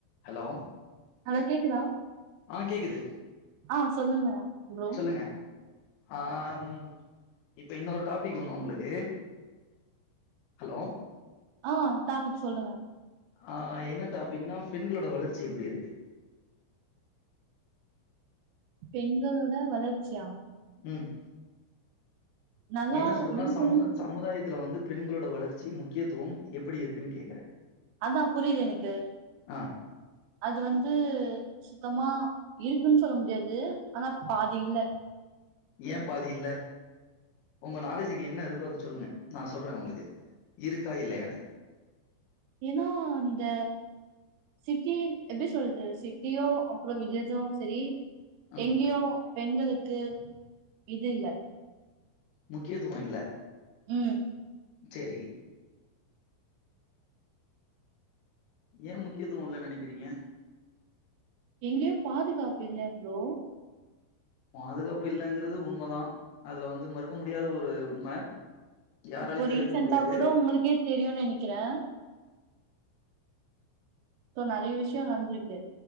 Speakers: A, on the left; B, on the right.
A: Hello
B: hello கேக்குதா
A: ஆ கேக்குது
B: ஆ சொல்லுங்க ப்ரோ
A: <unintelligible> ஆம் இப்ப இன்னொரு டாபிக் ஒணு உங்களுக்கு ஹலோ
B: ஆ டாப்பிக் சொல்லுங்க
A: ஆ என்ன டாபிக்னா பெண்களோட வளர்ச்சி எப்டிருக்கு
B: பெண்களோட வளர்ச்சியா
A: ம்
B: நல்லா
A: என்ன சொல்றதுன்னா
B: இருக்குன்னு
A: சமுத சமுதாயத்துல வந்து பெண்களோட வளர்ச்சி முக்கியத்துவம் எப்படி இருக்குன்னு கேக்குறே
B: அதா புரியுது எனக்கு
A: ஆ
B: அது வந்து சுத்தமா இருக்குன் சொல்ல முடியாது ஆனா பாதி இல்ல
A: ஏன் பாதி இல்ல உங்க நாலேஜிக்கு என்ன இருக்கோ அத சொல்லுங்க நா சொல்றேன் உங்களுக்கு இருக்கா இல்லையான்னு
B: ஏன்னா அந்த சிட்டி எப்டி சொல்றது சிட்டியோ அப்புறொ வில்லேஜோ சரி
A: ம்
B: எங்கேயோ பெண்களுக்கு இது இல்ல
A: முக்கியத்துவொ இல்ல
B: ம்
A: செரி ஏ முக்கியத்துவொ இல்லன் நெனக்கிறீங்க
B: எங்கேயு பாதுகாப்பு இல்ல ப்ரோ
A: பாதுகாப்பு இல்லங்கறது உண்மதா அதுல வந்து மறுக்க முடியாத ஒரு உண்ம யாராலயு
B: இப்போ ரீசண்ட்டா
A: தவிர்க்க முடியாது
B: கூட உங்களுக்கே தெரியுன் நெனைக்கிறே இப்போ நறைய விஷயொ நடந்திருக்கு